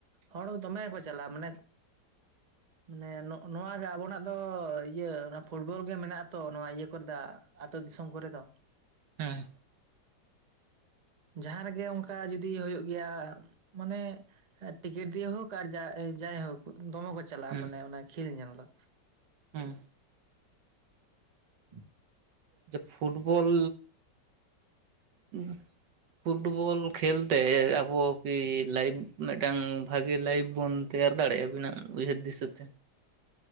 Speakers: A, on the right; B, on the right.
A: ᱦᱚᱲ ᱫᱚᱢᱮ ᱠᱚ ᱪᱟᱞᱟᱜᱼᱟ, ᱢᱟᱱᱮ
B: <inaudible>
A: ᱢᱟᱱᱮ ᱱᱚᱜ ᱱᱚᱣᱟ ᱜᱮ ᱟᱵᱚ ᱱᱟᱜ ᱫᱚ, ᱤᱭᱟᱹ ᱚᱱᱟ ᱯᱷᱩᱴᱵᱚᱞ ᱜᱮ ᱢᱮᱱᱟᱜ ᱟ ᱛᱚ, ᱱᱚᱣᱟ ᱤᱭᱟᱹ ᱠᱚᱨᱫᱟ ᱟᱛᱳ ᱫᱤᱥᱚᱢ ᱠᱚᱨᱮ ᱫᱚ,
B: ᱮᱸ,
A: ᱡᱟᱦᱟᱸ ᱨᱮᱜᱮ ᱚᱝᱠᱟ ᱡᱩᱫᱤ ᱦᱳᱭᱳᱜ ᱜᱮᱭᱟ, ᱢᱟᱱᱮ ᱮᱸ ᱴᱤᱠᱤᱴ ᱫᱤᱭᱮᱹ ᱦᱳᱠ ᱟᱨ ᱡᱟ ᱮᱹ ᱡᱟᱭ ᱦᱳᱠ ᱫᱚᱢᱚ ᱠᱚ ᱪᱟᱞᱟᱜᱼᱟ,
B: ᱦᱮᱸ
A: ᱢᱟᱱᱮ ᱚᱱᱟ ᱠᱷᱮᱹᱞ ᱧᱮᱞ ᱫᱚ᱾
B: ᱦᱮᱸ
A: <inaudible>
B: ᱡᱚ ᱯᱷᱩᱴᱵᱚᱞ ᱩᱸ ᱯᱩᱴᱵᱚᱞ ᱠᱷᱮᱹᱞ ᱛᱮ ᱟᱵᱚ ᱠᱤ ᱞᱟᱭᱤᱯᱷ ᱢᱤᱜ ᱴᱟᱝ ᱵᱷᱟᱜᱮ ᱞᱟᱭᱤᱯᱷ ᱵᱚᱱ ᱛᱮᱭᱟᱨ ᱫᱟᱲᱮ ᱟᱹᱵᱤᱱᱟᱜ ᱩᱭᱦᱟᱹᱨ ᱫᱤᱥᱟᱹᱛᱮ